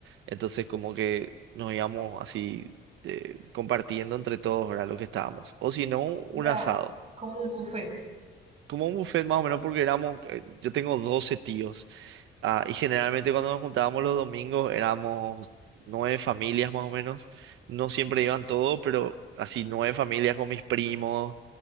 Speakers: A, on the right; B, on the right.
A: Entonces como que nos íbamos así eh, compartiendo entre todos, ¿verdad? Lo que estábamos. O si no, un
B: O sea,
A: asado.
B: como un buffet.
A: Como un buffet más o menos porque éramos, eh, yo tengo 12 tíos. Ah, y generalmente cuando nos juntábamos los domingos éramos nueve familias más o menos. No siempre
B: Ush.
A: iban todos, pero así nueve familias con mis primos.